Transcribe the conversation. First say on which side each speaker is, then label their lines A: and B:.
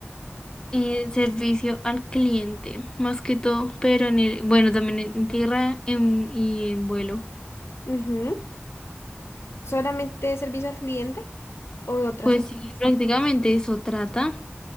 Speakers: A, on the left (about 15°); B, on the left (about 80°).
A: eh, servicio al cliente, más que todo, pero en el, bueno, también en tierra en- y en vuelo.
B: Ujú. ¿Solamente servicio al cliente o otras
A: Pues
B: cosas?
A: sí, prácticamente eso trata,